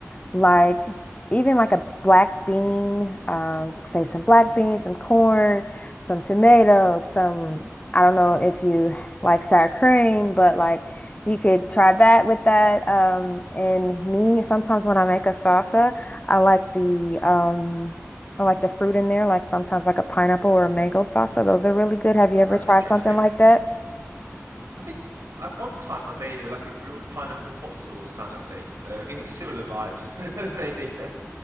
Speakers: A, on the left; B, on the right.
A: like even like a black bean, um, say some black beans, some corn, some tomatoes, some I don't know if you like sour cream, but like you could try that with that. Um, and me, sometimes when I make a salsa, I like the um I like the fruit in there, like sometimes like a pineapple or a mango salsa. Those are really good. Have
B: Oh,
A: you ever
B: that's
A: tried
B: interesting.
A: something like that?
B: I think at one time I made a like a grilled pineapple hot sauce kind of thing. So I guess it's similar vibes, <laughs> maybe. <laughs>